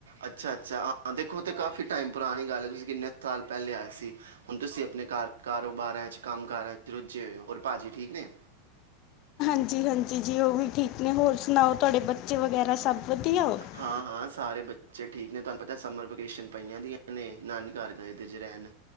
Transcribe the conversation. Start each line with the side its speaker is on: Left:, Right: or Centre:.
Right: ਅੱਛਾ ਅੱਛਾ ਹਾਂ ਦੇਖੋ ਤੇ, ਕਾਫੀ ਟਾਈਮ ਪੁਰਾਣੀ ਗੱਲ ਹੈ, ਤੁਸੀਂ ਕਿੰਨੇ ਸਾਲ ਪਹਿਲੇ ਆਏ ਸੀ, ਹੁਣ ਤੁਸੀਂ ਆਪਣੇ ਕਾਰ- ਕਾਰੋਬਾਰਾਂ 'ਚ ਕੰਮ ਕਾਰਾਂ 'ਚ ਰੁੱਝੇ ਹੋਏ ਹੋ। ਹੋਰ ਭਾਜੀ ਠੀਕ ਨੇ?
Left: ਾਂਜੀ -ਹਾਂਜੀ ਜੀ, ਉਹ ਵੀ ਠੀਕ ਨੇ ਹੋਰ ਸੁਣਾਓ? ਤੁਹਾਡੇ ਬੱਚੇ ਵਗੈਰਾ ਸਭ ਵਧੀਆ ਹੂੰ
Right: ਹਾਂ- ਹਾਂ ਸਾਰੇ ਬੱਚਚੇ ਠੀਕ ਐ, ਤੁਹਾਨੂੰ ਪਤਾ ਸਮਰ ਵੇਕੇਸ਼ਨ ਪਈਆਂ ਦੀਆਂ ਨੇ ਨਾਨੀ ਘਰ ਗਏ ਦੇ ਜੇ ਰਹਿਣ,